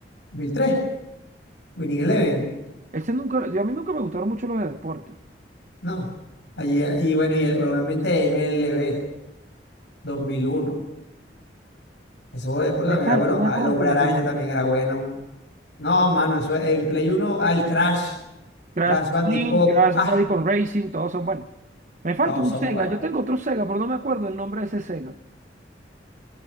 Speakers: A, on the left; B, on the right.
A: mil tres Winning Eleven,
B: Ese nunca, yo- a mí nunca me gustaron mucho los de deporte.
A: no. Allí, y bueno, y el- obviamente MLB 2001. Ese juego de deporte
B: Me
A: también
B: falta
A: era bueno.
B: una
A: ah, El
B: consola
A: Hombre Araña
B: que no.
A: también era bueno. No, mano, eso es- en Play Uno al Crash,
B: Crash
A: Crash Bandicoot,
B: Team, Crash
A: ah,
B: Bandicoot Racing, todos son buenos. Me falta
A: todos
B: un
A: son
B: Sega,
A: buenos.
B: yo tengo otro Sega, pero no me acuerdo el nombre de ese Sega,